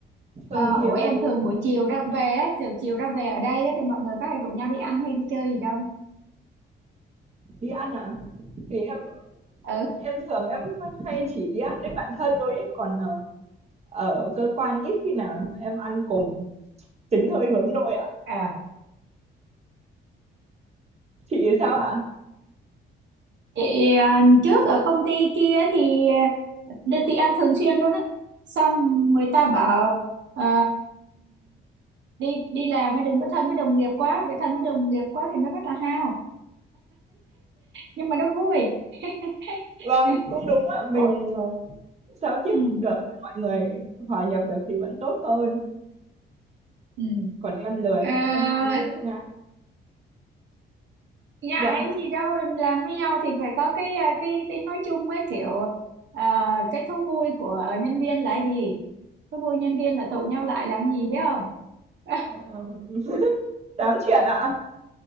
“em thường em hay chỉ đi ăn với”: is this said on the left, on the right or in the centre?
Right